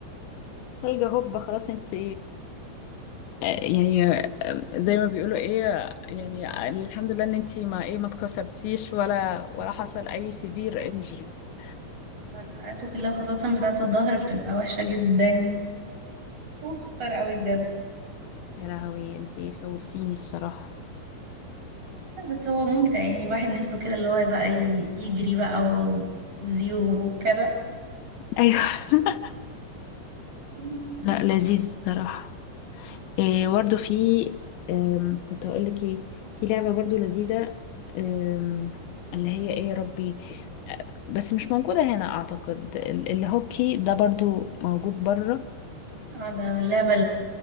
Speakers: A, on the left; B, on the right.
A: تلج هوب خلاص انت يعني آه، زي ما بيقولوا ايه يعني آه، الحمد لله ان انت ما ايه ما اتكسرتيش ولا ولا حصل اي سيفير انجريز
B: بقاته كلها خاصة بتاعة الظهر بتبقى وحشة جدا وخطر قوي بجد
A: يا لهوي انت خوفتيني الصراحة
B: لا بس هو ممتع يعني الواحد نفسه كده اللي هو بقى ي- يجري بقى و- وزيو وكده
A: ايوه <laughs>
B: <laughs>
A: لا
B: كده.
A: لذيذ الصراحة إيه برضه في آم، كنت اقول لك ايه في لعبة برضه لذيذة آم، اللي هي ايه يا ربي آه، بس مش موجودة هنا اعتقد ال- الهوكي ده برضه موجود بره
B: اه ده اللعبة